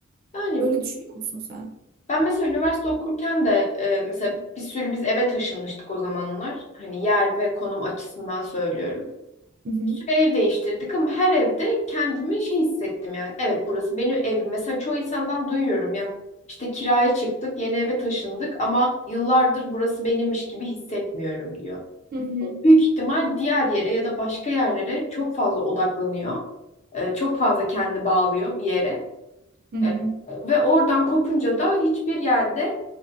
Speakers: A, on the left (about 30°); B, on the right (about 45°).
A: yani
B: Böyle düşünüyor musun sen?
A: ben mesela üniversite okurken de e, mesela bir sürü biz eve taşınmıştık o zamanlar. Hani yer ve konum açısından söylüyorum.
B: Hı hı.
A: Bir sürü ev değiştirdik ama her evde kendimi şey hissettim yani. Evet burası benim evim. Mesela çoğu insandan duyuyorum ya. işte kiraya çıktık, yeni eve taşındık ama yıllardır burası benimmiş gibi hissetmiyorum diyor.
B: Hı hı.
A: Büyük ihtimal diğer yere ya da başka yerlere çok fazla odaklanıyor. Ee, Çok fazla kendini bağlıyor bir yere.
B: Hı hı.
A: Ee, Ve oradan kopunca da hiçbir yerde